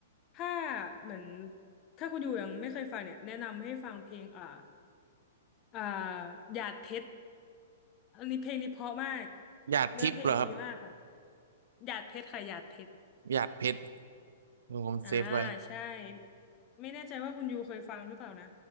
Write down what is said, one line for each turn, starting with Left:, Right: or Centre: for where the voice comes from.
Left: ถ้าเหมือนถ้าคุณอยู่ยังไม่เคยฟังเนี่ยแนะนำให้ฟังเพลงอ่าอ่าหยาดเพชรอันนี้เพลงนี้เพราะมาก
Right: หยาดทิพย์เหรอครับ
Left: เนื้อเพลงดีมากค่ะหยาดเพชรค่ะหยาดเพชร
Right: หยาดเพชรเออผมเซฟไว้
Left: อ่าใช่ไม่แน่ใจว่าคุณยูเคยฟังหรือเปล่านะ